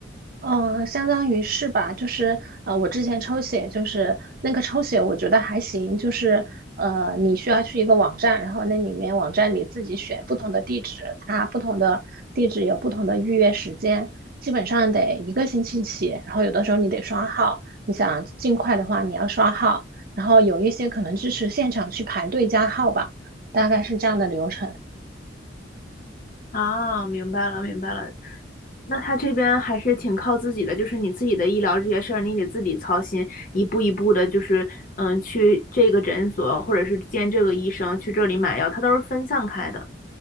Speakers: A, on the right; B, on the left.
A: 嗯，相当于是吧，就是呃，我之前抽血，就是那个抽血，我觉得还行，就是呃，你需要去一个网站，然后那里面网站里自己选不同的地址，它不同的地址有不同的预约时间，基本上得一个星期起，然后有的时候你得刷号，你想尽快的话，你要刷号，然后有一些可能支持现场去排队加号吧，大概是这样的流程。
B: 啊，明白了，明白了，那他这边还是挺靠自己的，就是你自己的医疗这些事儿，你得自己操心，一步一步的，就是嗯，去这个诊所或者是见这个医生，去这里买药，他都是分散开的。